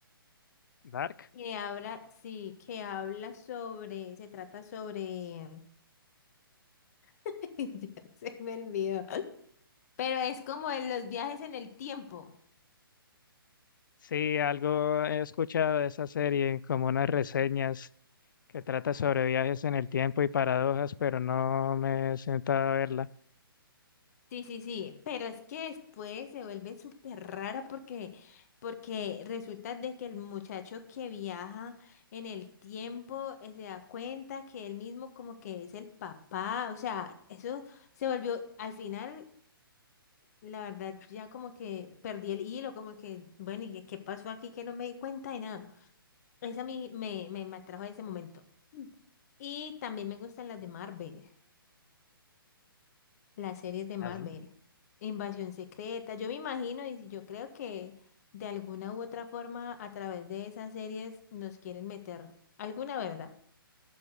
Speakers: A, on the left; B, on the left.
A: Dark
B: que habla, sí, que habla sobre, se trata sobre, <laughs> ya se me olvidó, pero es como en los viajes en el tiempo.
A: Sí, algo he escuchado de esa serie, como unas reseñas que trata sobre viajes en el tiempo y paradojas, pero no me he sentado a verla.
B: Sí, sí, sí, pero es que después se vuelve súper rara porque, porque resulta de que el muchacho que viaja en el tiempo eh, se da cuenta que él mismo como que es el papá, o sea, eso se volvió, al final, la verdad, ya como que perdí el hilo, como que, bueno, ¿y qué pasó aquí que no me di cuenta de nada? Esa a mí me, me, me atrajo a ese momento. Y también me gustan las de Marvel. Las series de Marvel.
A: As- Mm.
B: Invasión secreta. Yo me imagino y si yo creo que de alguna u otra forma a través de esas series nos quieren meter alguna verdad.